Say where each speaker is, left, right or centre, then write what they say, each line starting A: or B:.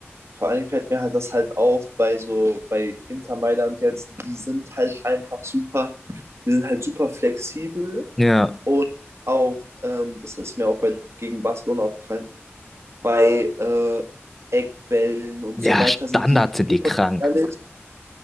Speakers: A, on the right (about 75°); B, in the centre.
A: vor allen Dingen fällt mir halt das halt auf bei so, bei Inter Mailand jetzt, die sind halt einfach super, die sind halt super flexibel
B: Ja,
A: und auch, ähm, das ist mir auch bei, gegen Barcelona aufgefallen, bei äh, Eckbällen und
B: Ja,
A: so weiter
B: Standards
A: sind die
B: sind
A: super
B: die krank.
A: gefährlich.